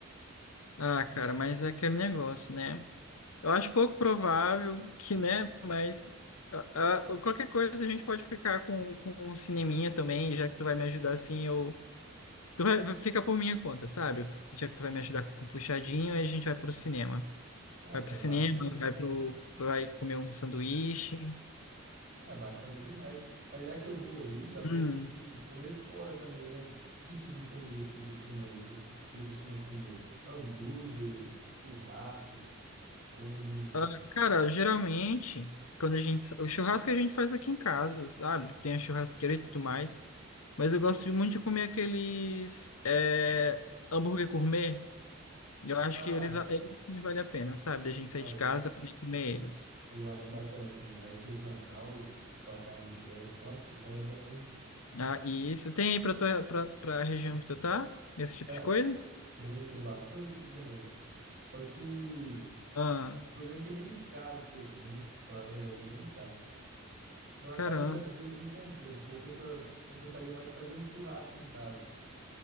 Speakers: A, on the left; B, on the right.
A: Ah, cara, mas é aquele negócio, né? Eu acho pouco provável que, né? Mas ah, ah, qualquer coisa a gente pode ficar com, com um cineminha também, já que tu vai me ajudar assim, eu. Tu vai, vai ficar por minha conta, sabe? Já que tu vai me ajudar com puxadinho, aí a gente vai pro cinema.
B: É,
A: Vai
B: cara,
A: pro cinema,
B: bacana.
A: vai pro, vai comer um sanduíche.
B: É bacana demais. Mas já que eu vou aí, dá pra
A: Hum.
B: gente ir comer fora também, né? Que tipo de comida que você costuma aí, que você costuma comer? Hambúrguer, churrasco, tem algum.
A: Ah, cara, geralmente, quando a gente. sa- O churrasco a gente faz aqui em casa, sabe? Tem a churrasqueira e tudo mais. Mas eu gosto muito de comer aqueles é, hambúrguer gourmet. Eu acho
B: Ah,
A: que eles, va- eles sim vale a pena, sabe? Da gente sair
B: cara,
A: de casa
B: eu,
A: pra ir comer eles.
B: eu acho bacana também. Artesanal, aquela carne grossa. Nossa, isso é bom, hein?
A: Ah, e isso tem aí pra, tua, pra, pra região que tu tá? Esse tipo
B: Cara,
A: de coisa?
B: tem, tem bastante aqui também. Só que.
A: Ah,
B: O problema é que é meio caro por aqui, né? Pra falar a verdade, é bem caro. Então acaba
A: caramba.
B: que às vezes não compensa. Compensa, compensaria mais fazer um churrasco em casa.